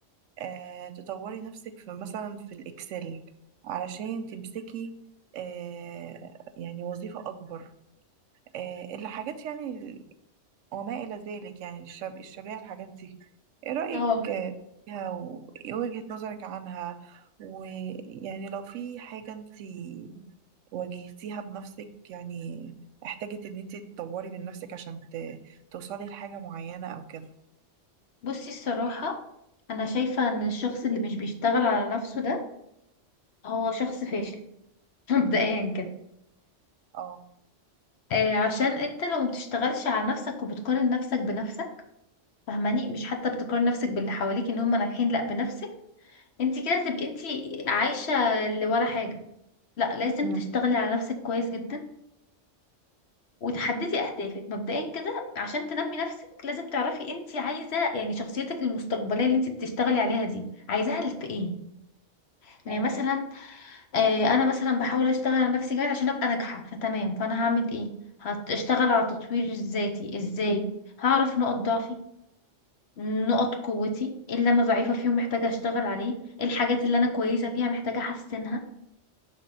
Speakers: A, on the right (about 80°); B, on the left (about 60°).
A: آه، تطوري نفسك في مثلا في الإكسل علشان تمسكي آه، يعني وظيفة أكبر آه، الحاجات يعني وما إلى ذلك يعني الشب... الشبيهة الحاجات دي إيه رأيك
B: اه
A: فيها وإيه وجهة نظرك عنها ويعني لو في حاجة أنت واجهتيها بنفسك يعني احتاجت إن أنت تطوري من نفسك عشان ت... توصلي لحاجة معينة أو كده
B: بصي الصراحة أنا شايفة إن الشخص اللي مش بيشتغل على نفسه ده هو شخص فاشل <laughs> مبدئيا كده
A: اه
B: آه عشان أنت لو مبتشتغلش على نفسك وبتقارن نفسك بنفسك فاهماني مش حتى بتقارن نفسك باللي حواليك إن هم ناجحين لأ بنفسك أنت كده تبقي أنت عايشة اللي ولا حاجة لأ لازم
A: امم
B: تشتغلي على نفسك كويس جدا وتحددي أهدافك مبدئيا كده عشان تنمي نفسك لازم تعرفي أنت عايزة يعني شخصيتك المستقبلية اللي أنت بتشتغلي عليها دي عايزاها في إيه يعني
A: امم
B: مثلا آه انا مثلا بحاول اشتغل على نفسي جاهز عشان ابقى ناجحه فتمام فانا هعمل ايه هشتغل على تطوير ذاتي ازاي هعرف نقط ضعفي نقط قوتي إيه اللي انا ضعيفه فيهم محتاجه اشتغل عليه إيه الحاجات اللي انا كويسه فيها محتاجه احسنها